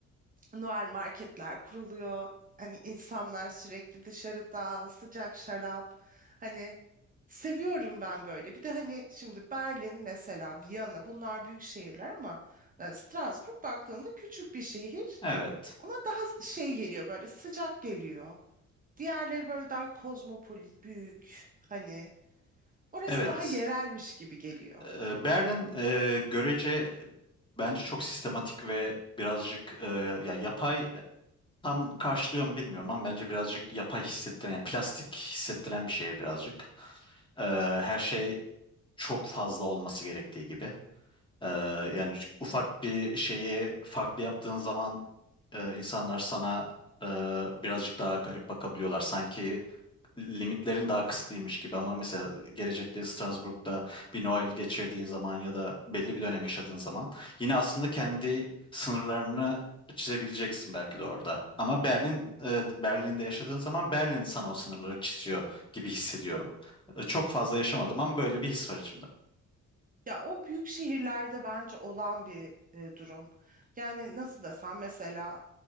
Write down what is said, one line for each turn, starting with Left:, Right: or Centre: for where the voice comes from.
Right: Noel marketler kuruluyor. Hani insanlar sürekli dışarıda sıcak şarap. Hani seviyorum ben böyle. Bir de hani şimdi Berlin mesela Viyana bunlar büyük şehirler ama e, Strasbourg baktığında küçük bir şehir.
Left: Evet.
Right: Ama daha şey geliyor böyle sıcak geliyor. Diğerleri böyle daha kozmopolit, büyük. Hani orası
Left: Evet.
Right: daha yerelmiş gibi geliyor.
Left: E, Berlin e, görece bence çok sistematik ve birazcık e, ya yapay Tam karşılıyor mu bilmiyorum ama bence birazcık yapay hissettiren, yani plastik hissettiren bir şehir birazcık. Ee, her şey çok fazla olması gerektiği gibi. Ee, yani üç- ufak bir şeyi farklı yaptığın zaman e, insanlar sana e, birazcık daha garip bakabiliyorlar. Sanki limitlerin daha kısıtlıymış gibi ama mesela gelecekte Strasbourg'da bir Noel geçirdiğin zaman ya da belli bir dönem yaşadığın zaman yine aslında kendi sınırlarını çizebileceksin belki de orada. Ama Berlin e, Berlin'de yaşadığın zaman Berlin sana o sınırları çiziyor gibi hissediyorum. E, Çok fazla yaşamadım ama böyle bir his var içimde.
Right: Ya o büyük şehirlerde bence olan bir e, durum. Yani nasıl desem mesela